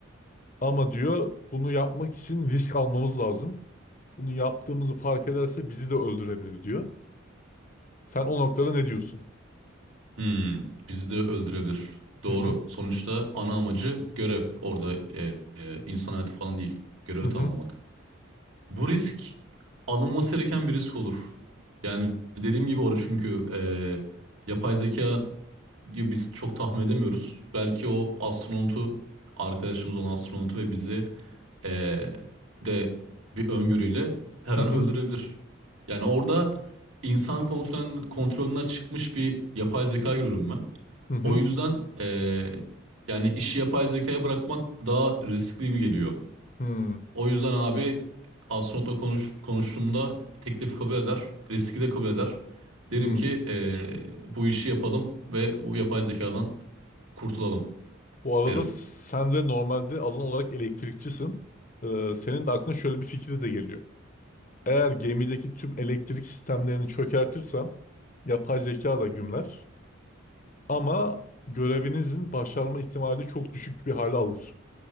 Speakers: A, on the left; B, on the right.
A: Ama diyor bunu yapmak için risk almamız lazım. Bunu yaptığımızı fark ederse bizi de öldürebilir diyor. Sen o noktada ne diyorsun?
B: Hmm, bizi de öldürebilir. Doğru.
A: Hı hı
B: Sonuçta ana amacı görev. Orada eee, eee, insan hayatı falan değil. Görevi
A: hı hı
B: tamamlamak. Bu risk alınması gereken bir risk olur. Yani dediğim gibi orada çünkü eee, yapay zeka ya biz çok tahmin edemiyoruz. Belki o astronotu arkadaşımız olan astronotu ve bizi eee, de bir öngörüyle her
A: hı
B: an öldürebilir. Yani orada insan kontrol, kontrolünden çıkmış bir yapay zeka görüyorum ben.
A: hı hı
B: O yüzden eee, yani işi yapay zekaya bırakmak daha riskli gibi geliyor.
A: hı hı.
B: O yüzden abi astronotla konuş, konuştuğumda teklif kabul eder. Riski de kabul eder. Derim
A: hı.
B: ki eee, bu işi yapalım ve bu yapay zekadan kurtulalım
A: Bu arada
B: derim.
A: sen de normalde alan olarak elektrikçisin. Ee, senin de aklına şöyle bir fikri de geliyor. Eğer gemideki tüm elektrik sistemlerini çökertirsem yapay zeka da gümler. Ama görevinizin başarma ihtimali çok düşük bir hale alır.